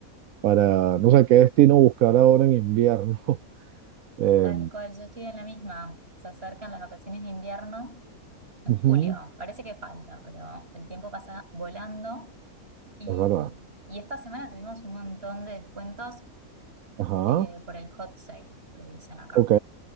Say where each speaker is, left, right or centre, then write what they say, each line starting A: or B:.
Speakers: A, on the right (about 70°); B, on the right (about 40°).
A: para,
B: Eh,
A: no sé, qué destino buscar ahora en invierno. <laughs> Eh,
B: Tal cual, yo estoy en la misma. Se acercan las vacaciones de invierno en
A: ujú,
B: julio. Parece que falta, pero el tiempo pasa volando. Y,
A: es verdad.
B: y esta semana tuvimos un montón de descuentos
A: Ajá,
B: eh, por el hot sale, le dicen acá.
A: ok,